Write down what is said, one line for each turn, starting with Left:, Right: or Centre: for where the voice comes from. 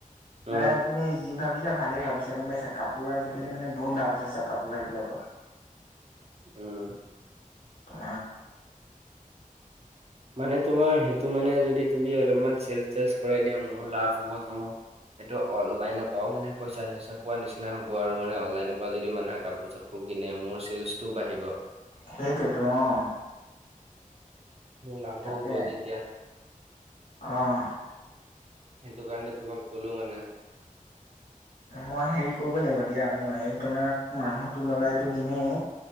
Left: মানে
Right: অ
Left: তুমি যি ভাবিছা ভালেই ভাবিছা গম পাইছা। কাপোৰ আজিকালি মানে বহুত লাভ আছে ছা কাপোৰ সেইবিলাকত। <inaudible>
Right: উম।
Left: আঁ।
Right: মানে, তোমাৰ সেইটো মানে যদি তুমি অলপমান চেলছ- টেলছ কৰাই দিয়া মোৰো লাভ হ'ব। তোমাৰ এইটো অনলাইনৰ পৰাও মানে পইচা-চইচা পোৱা নিচিনা হ'ব আৰু। মানে, অনলাইনৰ পৰা যদি মানুহে কাপোৰ-চা পোৰ কিনে মোৰ চিলছটো বাঢ়িব।
Left: সেইটোৱেটো অঁ।
Right: মোৰ লাভো
Left: তাকে
Right: হ'ব তেতিয়া।
Left: অঁ, আঁহ্।
Right: সেইটো কাৰণে তোমাক ক'লো মানে।
Left: মই হেৰি কৰিব লাগিব দিয়া। মই এই তোমাক মানুহটো লগাইটো দিমেই